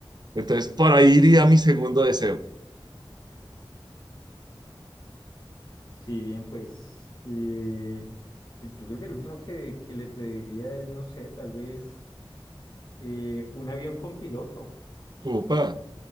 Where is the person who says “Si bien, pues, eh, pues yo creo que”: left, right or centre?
Left